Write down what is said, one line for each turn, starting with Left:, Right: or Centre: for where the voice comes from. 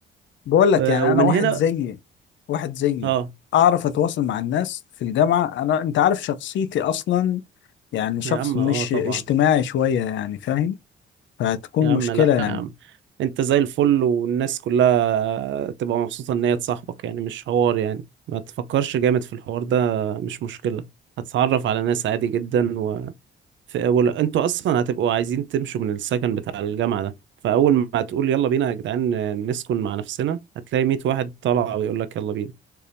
Left: بقول لك
Right: آه،
Left: يعني
Right: ومن
Left: انا واحد
Right: هنا
Left: زيي واحد زيي
Right: اه
Left: اعرف اتواصل مع الناس في الجامعه انا انت عارف شخصيتي اصلا يعني شخص
Right: يا عم
Left: مش
Right: اه طبعا
Left: اجتماعي شويه يعني فاهم فهتكون
Right: يا عم
Left: مشكله
Right: لا
Left: يعني
Right: يا عم انت زي الفل والناس كلها تبقى مبسوطة ان هي تصاحبك يعني مش حوار يعني ما تفكرش جامد في الحوار ده مش مشكلة هتتعرف على ناس عادي جدا و... في أول... انتوا اصلا هتبقوا عايزين تمشوا من السكن بتاع الجامعة ده فاول ما تقول يلا بينا يا جدعان نسكن مع نفسنا هتلاقي 100 واحد طالع ويقول لك يلا بينا